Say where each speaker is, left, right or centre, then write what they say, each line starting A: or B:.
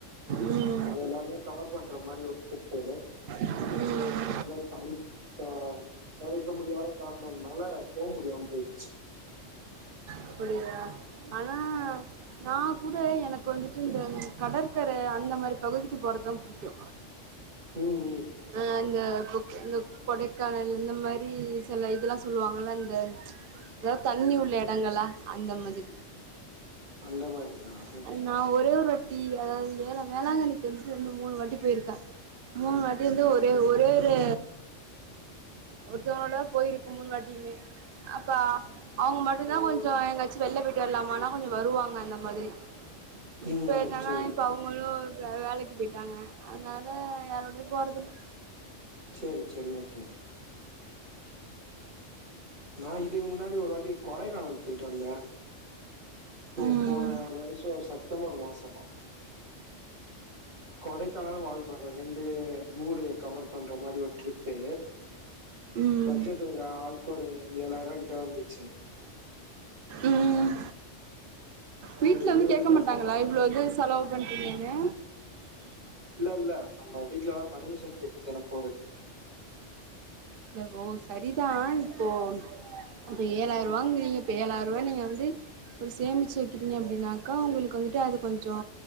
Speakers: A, on the right (about 55°); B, on the right (about 75°).
A: ம்
B: அது எல்லாமே கவர் பண்ற மாரி ஒரு ட்ரிப்பு
A: ம்
B: பே பண்ணிட்டோ தவிர்க்க முடியாத கார்ணம்னால போ முடியாம் போய்ர்ச்சு
A: அப்புடியா ஆனா நா கூட எனக்கு வந்துட்டு இந்த கடற்கர அந்த மாரி பகுதிக்கு போறதா புடிக்கு
B: ம் ம்
A: ஆ இந்த புக் இந்த கொடைக்கானல் இந்த மாரி சில இதெல்லா சொல்லுவாங்கல இந்த ஏதா தண்ணி உள்ள எடங்களா அந்த மாதிரி
B: அந்த மாதிரியா ஓகே
A: நா
B: ஓகே
A: ஒரே ஒரு வாட் டி அதாவது ஏல வேளாங்கண்ணிக்கு வந்துட்டு ரெண்டு மூணு வாட்டி போயிருக்கே மூணு வாட்டி வந்து ஒரே ஒரே ஒரு ஒருத்தவங்களோடதா போயிருக்கு மூனு வாட்டியுமே அப்பா அவுங்க மட்டுதா கொஞ்சோ எங்காச்சி வெளில விட் டற்லாமானா கொஞ்சோ வருவாங்க அந்த மாதிரி
B: ம்
A: இப்ப
B: ம்.
A: என்னனா
B: சரி
A: இப்ப அவுங் அவுங்களு வே வேலைக்கு போய்ட்டாங்க அதனால யாரோடயு போறதில்ல
B: சேரி சேரி ஓ சே நா இதுக்கு முன்னாடி ஒருவாட்டி கொடைக்கானல் போயிட்டுவந்தே ஓ
A: ம்
B: போன வருஷோ சட் ப்டம்பர் மாசோமா கொடைக்கானல் வால்பாற ரெண்டு ஊரு கவர் பண்ற மாரி ஒரு ட்ரிப் பு
A: ம்
B: பட்ஜெட் ஒரு ஆளுக்கு ஒரு ஏழாயிரரூவா கிட்ட வந்துச்சு
A: ம் வீட்ல
B: ஒரு
A: வந்து
B: இருபது
A: கேட்க
B: பேர்
A: மாட்டாங்களா
B: போனோம் நாங்க.
A: இவ்ளோது ஸ் செலவு பண்றிங்கனு
B: இல்ல இல்ல நம்ம வீட்லலா பர்மிஷன் கேட்டு தான போறது
A: எவ் ஓ சரிதான் இப்போ அப்ப ஏழாயிரூவாங்கிறிங்க இப்ப ஏழாயிரரூவா நீங்க வந்து ஒரு சேமிச்சு வைக்கிறீங்க அப்டின்னாக்கோ உங்களுக்கு வந்துட்டு அது கொஞ்சோ